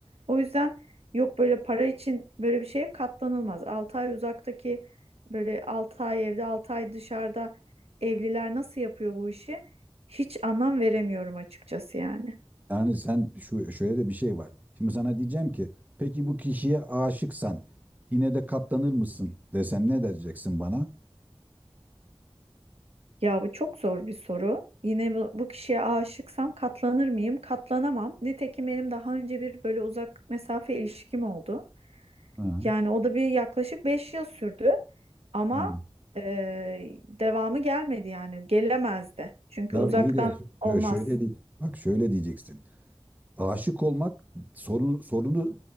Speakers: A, on the right (about 85°); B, on the right (about 15°).
A: O yüzden yok böyle para için böyle bir şeye katlanılmaz. 6 ay uzaktaki böyle 6 ay evde 6 ay dışarıda evliler nasıl yapıyor bu işi? Hiç anlam veremiyorum açıkçası yani.
B: Yani sen şu şöyle de bir şey var. Şimdi sana diyeceğim ki peki bu kişiye aşıksan yine de katlanır mısın desem ne diyeceksin bana?
A: Ya bu çok zor bir soru. Yine bu, bu kişiye aşıksam katlanır mıyım? Katlanamam. Nitekim benim daha önce bir böyle uzak mesafe ilişkim oldu.
B: Ha.
A: Yani o da bir yaklaşık 5 yıl sürdü ama
B: hı.
A: e, devamı gelmedi yani gelemezdi. Çünkü
B: Ya
A: uzaktan
B: iyi de
A: olmaz.
B: şö- şöyle değil. Bak şöyle diyeceksin. Aşık olmak sorunu, sorunu